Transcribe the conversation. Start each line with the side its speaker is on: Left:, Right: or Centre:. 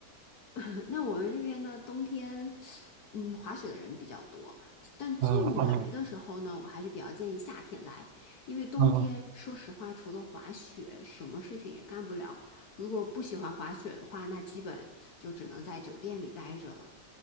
Left: <laughs> 那我们这边呢，冬天，嗯，滑雪的人比较多，但建议来的时候呢，
Right: 啊啊
Left: 我还是比较建议夏天来，因为冬天说实话，
Right: 啊
Left: 除了滑雪，什么事情也干不了。如果不喜欢滑雪的话，那基本就只能在酒店里待着了。